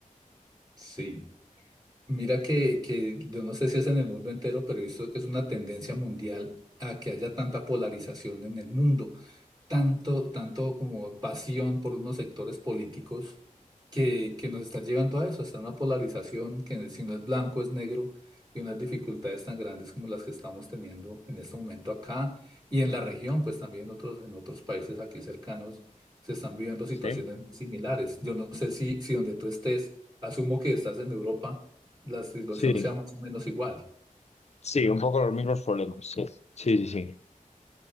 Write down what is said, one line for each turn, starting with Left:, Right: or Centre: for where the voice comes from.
Right: Sí. Mira que, que yo no sé si es en el mundo entero, pero he visto que es una tendencia mundial a que haya tanta polarización en el mundo tanto, tanto como pasión por unos sectores políticos que, que nos está llevando a eso, está una polarización que si no es blanco es negro y unas dificultades tan grandes como las que estamos teniendo en este momento acá y en la región, pues también otros, en otros países aquí cercanos se están viviendo situaciones
Left: Sí.
Right: similares. Yo no sé si, si donde tú estés, asumo que estás en Europa, la situación
Left: Sí,
Right: sea más o menos igual.
Left: sí, un poco los mismos problemas. Sí, sí, sí. sí.